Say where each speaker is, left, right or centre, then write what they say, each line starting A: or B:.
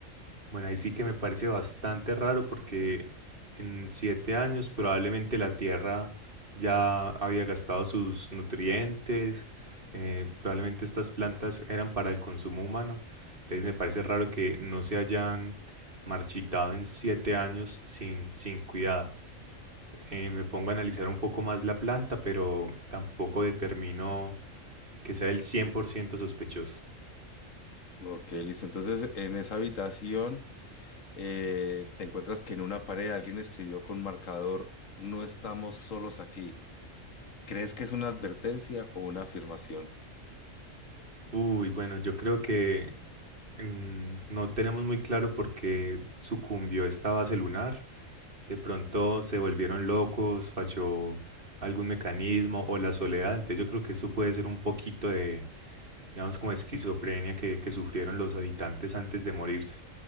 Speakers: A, on the right; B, on the left.
A: Bueno, ahí sí que me parece bastante raro porque en siete años probablemente la tierra ya había gastado sus nutrientes, eh, probablemente estas plantas eran para el consumo humano, entonces me parece raro que no se hayan marchitado en siete años sin, sin cuidado. Eh, me pongo a analizar un poco más la planta, pero tampoco determino que sea el 100% sospechoso.
B: Ok, listo. Entonces, en esa habitación... eh, te encuentras que en una pared alguien escribió con marcador, no estamos solos aquí. ¿Crees que es una advertencia o una afirmación?
A: Uy, bueno, yo creo que Mm, No tenemos muy claro por qué sucumbió esta base lunar. De pronto se volvieron locos, falló algún mecanismo o la soledad. Entonces yo creo que eso puede ser un poquito de, digamos, como esquizofrenia que, que sufrieron los habitantes antes de morirse.